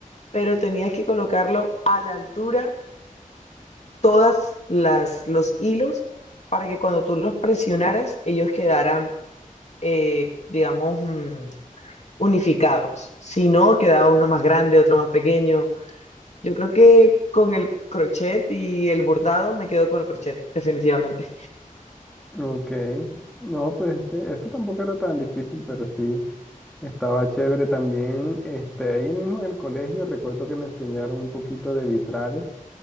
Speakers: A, on the left; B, in the centre.
A: pero tenías que colocarlo a la altura, todas las, los hilos, para que cuando tú los presionaras, ellos quedaran, eh, digamos, mm, unificados. Si no, quedaba uno más grande, otro más pequeño. Yo creo que con el crochet y el bordado me quedo con el crochet, definitivamente.
B: Ok, no, pues este, este tampoco era tan difícil, pero sí, estaba chévere también. Este, ahí mismo en el colegio recuerdo que me enseñaron un poquito de vitrales